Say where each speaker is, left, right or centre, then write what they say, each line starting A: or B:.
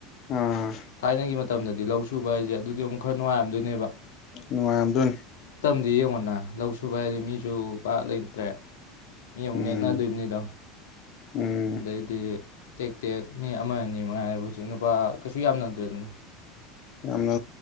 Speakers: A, on the left; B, on the left.
A: ꯑꯥ
B: ꯊꯥꯏꯅꯒꯤ ꯃ ꯃꯇꯝꯗꯗꯤ ꯂꯧ ꯁꯨꯕ ꯍꯥꯏꯖꯦ ꯑꯗꯨꯗꯤ ꯑꯃꯨꯛ ꯈꯔ ꯅꯨꯡꯉꯥꯏꯔꯝꯗꯣꯏꯅꯦꯕ
A: ꯅꯨꯡꯉꯥꯏꯔꯝꯗꯣꯏꯅꯤ꯫
B: <unintelligible> ꯅꯥ ꯂꯧꯁꯨꯨꯕ ꯍꯥꯏꯗꯤ ꯃꯤꯁꯨꯨ ꯄꯥꯛ ꯂꯩꯇ꯭ꯔꯦ ꯃꯤ ꯑꯃꯨꯛ
A: ꯎꯝ
B: ꯅꯦꯛꯅꯗꯣꯏꯅꯤꯗꯣ
A: ꯎꯝ
B: ꯑꯗꯩꯗꯤ ꯇꯦꯛ ꯇꯦꯛ ꯃꯤ ꯑꯃ ꯑꯅꯤ ꯃꯉꯥꯏꯔꯦ ꯍꯨꯖꯤꯛ ꯅꯨꯄꯥ ꯀꯩꯁꯨ ꯌꯥꯝꯅꯗ꯭ꯔꯦꯗꯅ
A: ꯌꯥꯝꯅ